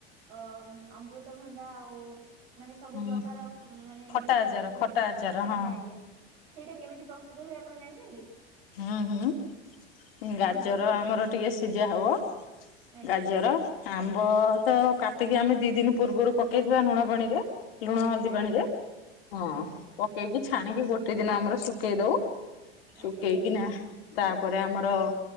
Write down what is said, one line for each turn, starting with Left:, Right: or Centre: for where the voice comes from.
Right: ଅ ଅମୃତଭଣ୍ଡା ଆଉ। ମାନେ ସବୁ
Left: ହୁଁ
Right: ପ୍ରକାର ମାନେ
Left: ଖଟା
Right: ମିସା
Left: ଆଚାର
Right: ଯାଇକି ଯୋଉ
Left: ଖଟା
Right: ହୁଏ
Left: ଆଚାର
Right: ଆଜ୍ଞା
Left: ହଁ
Right: ଆଜ୍ଞା। ସେଇଟା କେମିତି ପ୍ରସ୍ତୁତ ହୁଏ ଆପଣ ଜାଣିଚନ୍ତି।
Left: ହୁଁ ହୁଁ
Right: କୁହନ୍ତୁ
Left: ଗାଜର ଆମର ଟିକେ ସିଝା ହବ।
Right: ଆଜ୍ଞା
Left: ଗାଜର। ଆମ୍ବ ତ କାଟିକି ଆମେ ଦି ଦିନି ପୂର୍ବରୁ ପକେଇଥିବା ଲୁଣପାଣିରେ। ଲୁଣ ହଳଦୀ
Right: ଆଜ୍ଞା।
Left: ପାଣିରେ ହଁ
Right: ଆଜ୍ଞା
Left: ପକେଇକି ଛାଣିକି ଗୋଟେ ଦିନ ଆମର ଶୁଖେଇ ଦଉ।
Right: ଆଜ୍ଞା
Left: ଶୁଖେଇ କିନା। ତାପରେ ଆମର